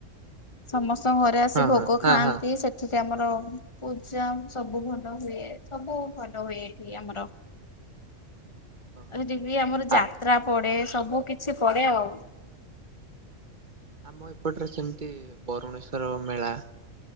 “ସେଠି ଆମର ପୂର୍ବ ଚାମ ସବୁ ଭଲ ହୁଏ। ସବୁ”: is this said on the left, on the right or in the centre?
Left